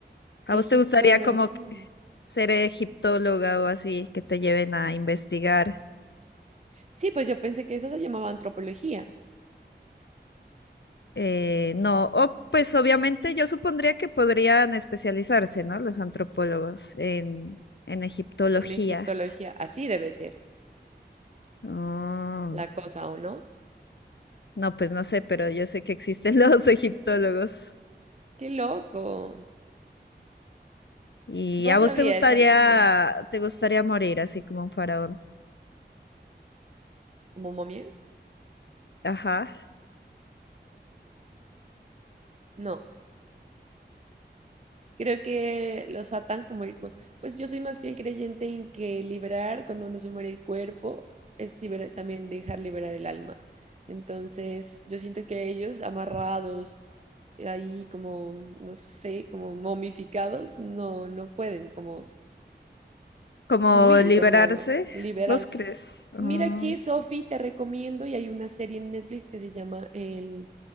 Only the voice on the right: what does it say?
Egiptología.
Sí, pues yo pensé que eso se llamaba antropología.
En egiptología, así debe ser
la cosa, ¿o no?
¡Qué loco!
No
sabía,
es algo nuevo.
¿Como momia?
No. Creo que los atan como el cuerpo. Pues yo soy más fiel creyente en que liberar cuando uno se muere el cuerpo es libera- también dejar liberar el alma. Entonces, yo siento que ellos amarrados eh, ahí como, no sé, como momificados, no, no pueden como
fluir
de nuevo, liberarse.
Mira que, Sofi, te recomiendo y hay una serie en Netflix que se llama El